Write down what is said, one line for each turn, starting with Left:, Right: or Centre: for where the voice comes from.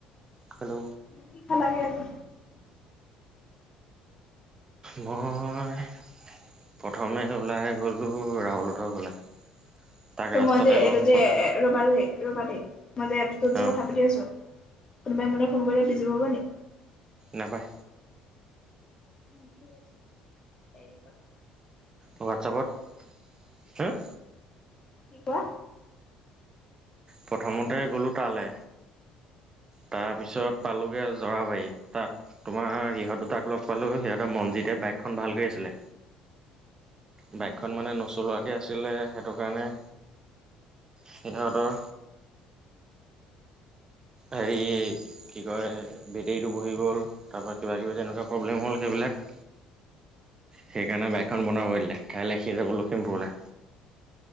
Right: hello.
Left: কি কি খালাগে আজি
Right: মই প্ৰথমে ওলাই গ'লোঁ ৰাহুল হতৰ ঘৰ'লে তাক
Left: ত
Right: ৰাস্তাতে
Left: মই যে এইটো
Right: লগ
Left: যে
Right: পোৱা
Left: এ ৰবা দেই, ৰ'বা দেই, মই যে এপটোত যে
Right: অঁ
Left: কথা পাতি আছো, কোনোবাই মোলে ফোন কৰিলে বিজি পাব নি?
Right: নাপাই
Left: উম, ঠিক আছে, কাইয়েপা
Right: হোৱাটছআপত, হুম
Left: কি কোৱা।
Right: প্ৰথমতে গ'লোঁ তালে তাৰপিছত পালোগে জৰাবাৰী, তাত- তোমাৰ ইহঁত দুটাক লগ পালোঁ সিহঁতৰ মনজিতে বাইকখন ভাল কৰি আছিলে। বাইকখন মানে নচলোৱাকে আছিলে সেইটোকাৰণে- সিহঁতৰ হেৰি কি কয় বেটেৰীটো বহি গ'ল, তাপা কিবা কিবি যে এনেকুৱা প্ৰব্লেম হ'ল সেইবিলাক। সেইকাৰণে বাইকখন বনাব দিলে কাইলে সি যাব লখিমপুৰলে।